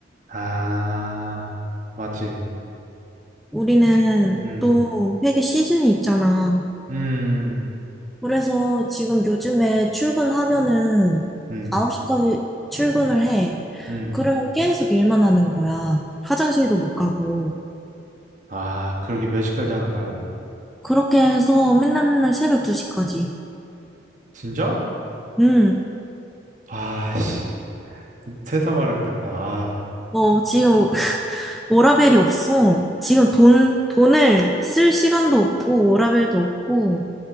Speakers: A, on the right; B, in the centre.
A: 아, 맞지.
B: 우리는
A: 음.
B: 또 회계 시즌이 있잖아.
A: 음.
B: 그래서 지금 요즘에 출근하면은
A: 음.
B: 9시까지 출근을 해.
A: 음.
B: 그러면 계속 일만 하는 거야. 화장실도 못 가고.
A: 아, 그러게 몇 시까지 하는 거야?
B: 그렇게 해서 맨날 맨날 새벽 2시까지.
A: 진짜?
B: 음,
A: 아씨, 세상 말이 렵겠다 아,
B: 뭐 지금 <laughs> 워라밸이 없어. 지금 돈, 돈을 쓸 시간도 없고 워라밸도 없고